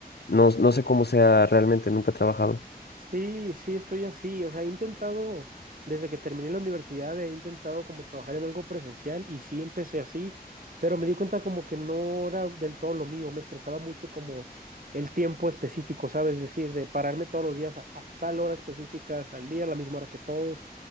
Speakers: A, on the left (about 80°); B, on the right (about 55°).
A: No, no sé cómo sea realmente, nunca he trabajado.
B: Sí, sí, estoy así. O sea, he intentado, desde que terminé la universidad, he intentado como trabajar en algo presencial y sí empecé así, pero me di cuenta como que no era del todo lo mío. Me estresaba mucho como el tiempo específico, ¿sabes? Es decir, de pararme todos los días a, a tal hora específica, salir a la misma hora que todos,